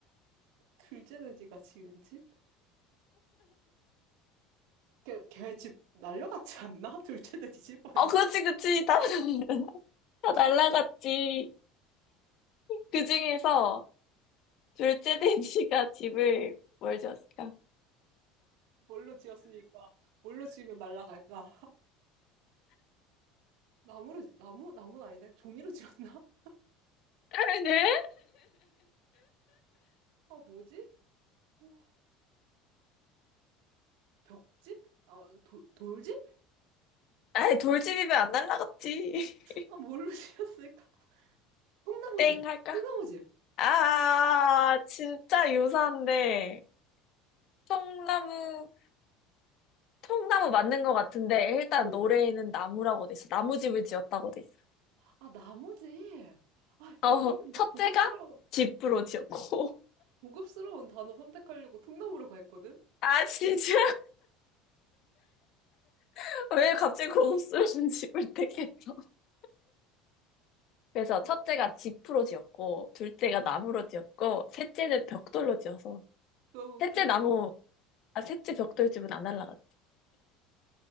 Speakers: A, on the right (about 70°); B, on the left (about 55°).
A: 둘째 돼지가 지은 집? 걔, 걔집 날려갔지 않나? <laughs> 둘째 돼지 집 아닌가?
B: 어, 그렇지, 그렇지. 다, <laughs> 다 날라갔지. 그 중에서 둘째 돼지가 집을 뭘 지었을까?
A: 뭘로 지었으니까. 뭘로 지으면 날라갈까? 나무로, 지- 나무? 나무는 아닌데? 종이로 지었나? <laughs>
B: <laughs> 네?
A: 아, 뭐지? 뭐, 벽집? 아, 도, 돌집?
B: 아이, 돌집이면 안 날라갔지. <laughs>
A: 아, 뭘로 지었을까? 통나무집.
B: 땡 할까?
A: 통나무집.
B: 아, 진짜 유사한데. 청나무 통나무 맞는 것 같은데 일단
A: 어.
B: 노래에는 나무라고 돼 있어. 나무집을 지었다고 돼 있어.
A: 아, 나무집. 아,
B: 어,
A: 나 조금 더
B: 첫째가
A: 고급스러운,
B: 집으로 지었고. <laughs>
A: 고급스러운 단어 선택하려고 통나무라고 했거든?
B: 아, 진짜? <laughs> 왜 갑자기 고급스러운 집을 택했어? <laughs> 그래서
A: 아,
B: 첫째가 집으로 지었고, 둘째가 나무로 지었고, 셋째는 벽돌로 지어서.
A: 너무 웃기다.
B: 셋째 나무, 아, 셋째 벽돌집은 안 날라갔다.